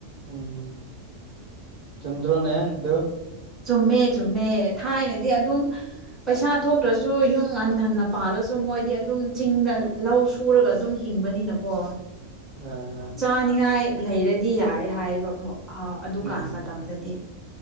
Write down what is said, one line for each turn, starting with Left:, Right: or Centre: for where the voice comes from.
Right: ꯎꯝ ꯆꯨꯝꯗ꯭ꯔꯣꯅꯦ ꯑꯗꯨ
Centre: ꯆꯨꯝꯃꯦ ꯆꯨꯝꯃꯦ ꯊꯥꯏꯅꯗꯤ ꯑꯗꯨꯝ ꯄꯩꯁꯥ ꯊꯣꯛꯇ꯭ꯔꯁꯨ ꯌꯨꯝ ꯉꯟ ꯉꯟꯅ ꯄꯥꯜꯂꯁꯨ ꯃꯣꯏꯗꯤ ꯑꯗꯨꯝ ꯆꯤꯡꯗ ꯂꯧ ꯍꯨꯔꯒ ꯑꯗꯨꯝ ꯍꯤꯡꯕꯅꯤꯅꯀꯣ
Right: ꯍꯣꯏ ꯍꯣꯏ
Centre: ꯆꯥꯅꯤꯡꯉꯥꯏ ꯂꯩꯔꯗꯤ ꯌꯥꯔꯦ ꯍꯥꯏꯌꯦꯕ ꯃꯣꯛ ꯍ ꯑꯗꯨꯀꯥꯟ
Right: ꯎꯝ
Centre: ꯃꯇꯝꯗꯗꯤ